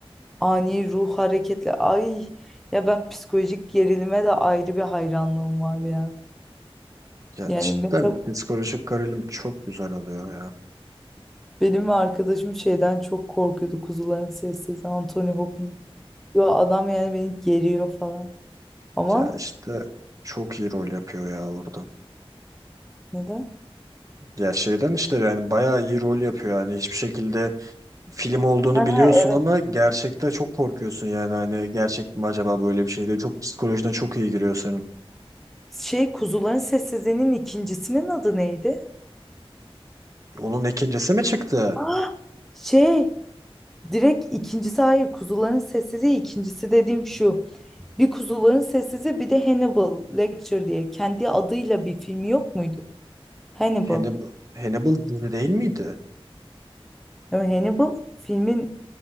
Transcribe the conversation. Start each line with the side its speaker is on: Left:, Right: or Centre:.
Centre: ani ruh hareketleri. Ay ya ben psikolojik gerilime de ayrı bir hayranlığım var ya.
Right: Ya
Centre: Yani
Right: cidden
Centre: mesela
Right: psikolojik gerilim çok güzel oluyor ya.
Centre: benim ve arkadaşım şeyden çok korkuyordu. Kuzuların Sessizliği, Anthony Hopkins. Yo, adam yani beni geriyor falan. Ama
Right: Ya işte çok iyi rol yapıyor ya orada.
Centre: neden?
Right: Ya şeyden işte yani bayağı iyi rol yapıyor. Yani hiçbir şekilde film olduğunu
Centre: Ha,
Right: biliyorsun
Centre: evet.
Right: ama gerçekte çok korkuyorsun yani. Hani gerçek mi acaba böyle bir şey diye. Çok psikolojiden çok iyi giriyor senin.
Centre: Şey Kuzuların Sessizliği'nin ikincisinin adı neydi?
Right: Onun ikincisi mi çıktı?
Centre: Ah, şey direkt ikincisi hayır Kuzuların Sessizliği ikincisi dediğim şu. Bir Kuzuların Sessizliği bir de Hannibal Lecter diye kendi adıyla bir filmi yok muydu? Hannibal.
Right: Hannibal, Hannibal dizi değil miydi?
Centre: Ama Hannibal filmin